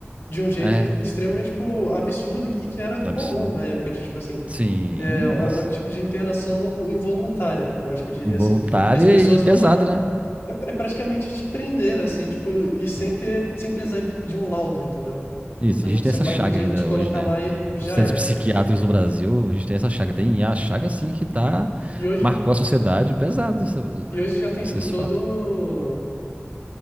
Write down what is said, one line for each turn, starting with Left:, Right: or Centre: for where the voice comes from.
Left: de um jeito
Right: É,
Left: extremamente, tipo, absurdo e que era comum
Right: absurdo.
Left: na época de, tipo assim,
Right: Sim,
Left: é, é
Right: nossa.
Left: um tipo de internação involuntária, eu acho que eu diria
Right: Involuntária
Left: assim, que as pessoas
Right: e pesada,
Left: vão lá
Right: né?
Left: é, pra- é praticamente te prender, assim, tipo, e
Right: Sim.
Left: sem ter, sem precisar de de um laudo, entendeu?
Right: Isso.
Left: Então,
Right: E
Left: tipo,
Right: a gente tem
Left: seu
Right: essa
Left: pai
Right: chaga
Left: podia
Right: ainda
Left: te colocar
Right: hoje, né?
Left: lá e já
Right: Os centros
Left: era.
Right: psiquiátricos do Brasil, a gente tem essa chaga. Tem, e é a chaga, assim, que tá...
Left: E hoje,
Right: Marcou a sociedade pesado.
Left: Uhum.
Right: essa-
Left: e hoje já tem,
Right: esse,
Left: tipo,
Right: esse
Left: todo
Right: fato.